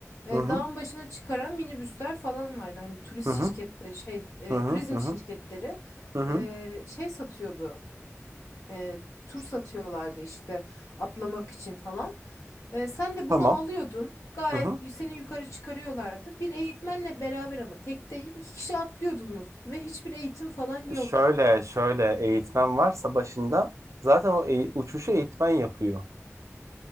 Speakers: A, on the left; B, on the right.
A: e,
B: Hı hı.
A: dağın başına çıkaran minibüsler falan vardı. Hani turist
B: Hı hı.
A: şirketleri şey, e,
B: Hı hı.
A: turizm
B: Hı hı.
A: şirketleri
B: Hı hı.
A: e, şey satıyordu. e, tur satıyorlardı işte atlamak için falan. E, sen de
B: Tamam.
A: bunu alıyordun. Gayet
B: Hı hı.
A: y- seni yukarı çıkarıyorlardı. Bir eğitmenle beraber ama tek değil iki kişi atlıyordunuz ve hiçbir eğitim falan yok.
B: Şöyle, şöyle eğitmen varsa başında zaten o eğ- uçuşu eğitmen yapıyor.